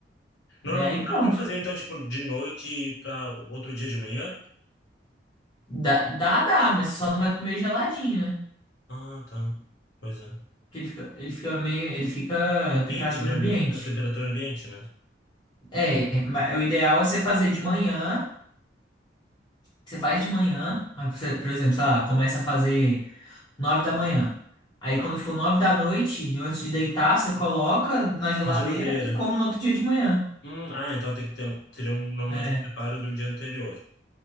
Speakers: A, on the left; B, on the left.
A: Normalmente
B: E aí
A: dá
B: pronto.
A: pra fazer, então, tipo, de noite e pra outro dia de manhã?
B: Dá, dá, dá, mas só não vai comer geladinho, né?
A: Ah, tá. Pois é.
B: Porque ele fica, ele fica meio. Ele fica a temperatura
A: Quente, né?
B: ambiente.
A: No- Na temperatura ambiente, né?
B: É, ma- o ideal é você fazer de manhã. Você faz de manhã, mas você, por exemplo, sei lá, começa a fazer 9 da manhã. Aí
A: Tá.
B: quando for 9 da noite, antes de deitar, você coloca na geladeira
A: Na geladeira.
B: e come no outro dia de manhã.
A: Hum, ah, então tem que ter um, teria um, normalmente
B: É,
A: um preparo de um dia anterior.